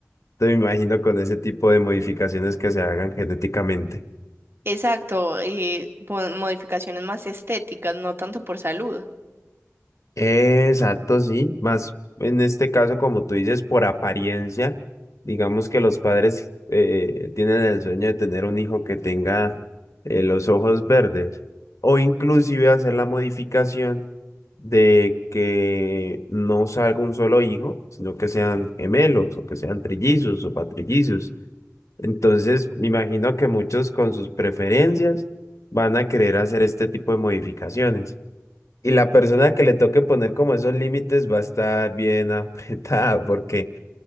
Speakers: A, on the left; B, on the right.
A: Te imagino con ese tipo de modificaciones que se hagan genéticamente.
B: Exacto, y mo- modificaciones más estéticas, no tanto por salud,
A: Exacto, sí. Más en este caso, como tú dices, por apariencia, digamos que los padres eh, tienen el sueño de tener un hijo que tenga eh, los ojos verdes o inclusive hacer la modificación de que no salga un solo hijo, sino que sean gemelos o que sean trillizos o patrillizos. Entonces, me imagino que muchos con sus preferencias van a querer hacer este tipo de modificaciones. Y la persona que le toque poner como esos límites va a estar bien <laughs> apretada, porque